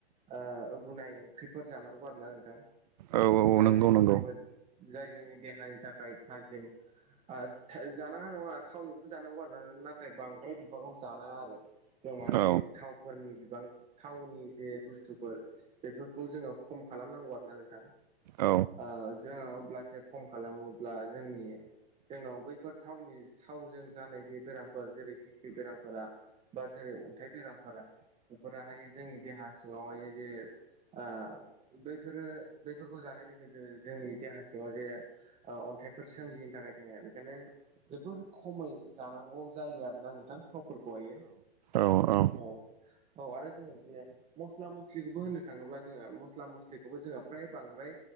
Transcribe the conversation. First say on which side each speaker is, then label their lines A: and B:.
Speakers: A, on the right (about 20°); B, on the right (about 40°).
A: आ रुनाय ओंख्रिफोर जानांगौ आरो ना नोंथां
B: औ
A: जाय
B: औ नंगौ
A: जोंनि
B: नंगौ
A: मो जाय जोंनि देहानि थाखाय थाजिम आ था जानाङा नङा थावनिखौबो जानांगौ आरो ना नाथाय बांद्राय बिबांङाव जानाङा आरो। <unintelligible> माने
B: औ
A: थावफोरनि बिबां थावनि बे बुस्थुफोर बेफोरखौ जोङो खम खालामनांगौ आरो ना नोंथां?
B: औ
A: ओ जोङो अब्लासो खम खालामोब्ला जोंनि जोंनाव बैफोर थावनि थावजों जानाय जे बेरामफोर जेरै गिस्थिक बेरामफोरा बा जेरै अन्थाइ बेरामफोरा बेफोराहाय जोंनि देहा सिङावहाय जे आ बेफोरो बैफोरखौ जानायजों जोंङो जोंनि देहा सिङाव जे अ' अन्थाइफोर सोमजियैनि थाखाय जोङो बेखायनो जोबोर खमै जानांगौ जायो आरो ना नोंथां थावफोरखौहायो।
B: औ-औ।
A: औ औ आरो जोङो बिदिनो मस्ला-मस्लिखौबो होननो थाङोब्ला जोङो मस्ला-मस्लिखौबो जोङो फ्राय बांद्राय